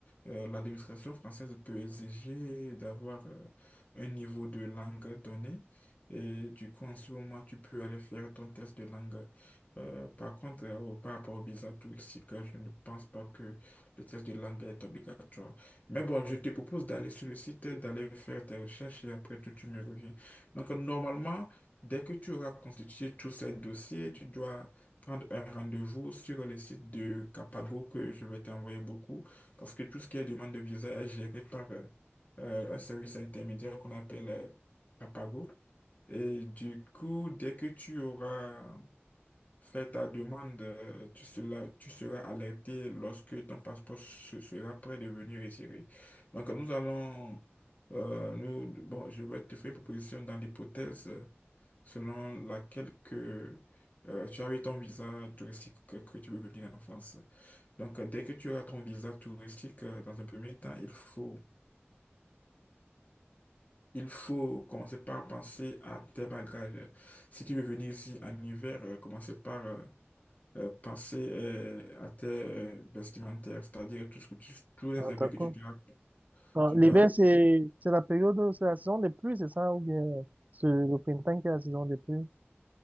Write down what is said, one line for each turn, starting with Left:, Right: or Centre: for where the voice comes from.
Left: euh, l'administration française peut exiger d'avoir euh, un niveau de langue donné. Et du coup, en ce moment, tu peux aller faire ton test de langue euh, par contre, euh, au- par rapport au visa touristique, euh, je ne pense pas que le test de langue est obligatoire. Mais bon, je te propose d'aller sur le site, euh, d'aller faire tes recherches et après tout, tu me reviens. Donc, euh, normalement, dès que tu auras constitué tous ces dossiers, tu dois prendre un rendez-vous sur le site de Capago que je vais t'envoyer beaucoup parce que tout ce qui est demande de visa est géré par euh, euh, un service intermédiaire qu'on appelle euh, Capago. Et du coup, dès que tu auras Fais ta demande, euh, tu seras, tu seras alerté lorsque ton passeport se- sera prêt de venir retirer. Donc, nous allons, euh, nous, bon, je vais te faire une proposition dans l'hypothèse selon laquelle que, euh, tu as eu ton visa touristique que, que tu veux venir en France. Donc, euh, dès que tu as ton visa touristique, euh, dans un premier temps, il faut, il faut commencer par penser à tes bagages. Si tu veux venir ici en hiver, euh, commencez par euh, euh, penser euh, à tes euh, vestimentaires, c'est-à-dire tout ce que tu- tous les
Right: Ah,
Left: habits
Right: d'accord.
Left: que tu dois,
Right: Ah,
Left: tu
Right: L'hiver,
Left: dois.
Right: c'est c'est la période, c'est la saison des pluies, c'est ça? Ou bien c'est le printemps qui est la saison des pluies?